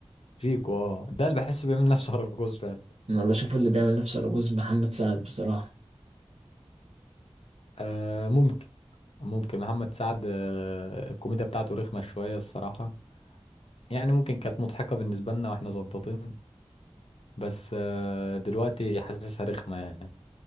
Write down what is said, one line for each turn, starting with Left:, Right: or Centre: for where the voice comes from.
Left: شيكو اه ده اللي بحسه بيعمل نفسه <laughs> اراجوز فعلا
Right: أنا بشوف اللي بيعمل نفسه على جوز محمد سعد بصراحة
Left: آه ممكن ممكن محمد سعد آه الكوميديا بتاعته رخمة شوية الصراحة يعني ممكن كانت مضحكة بالنسبة لنا واحنا زنطتين بس آه، دلوقتي حاسسها رخمة يعني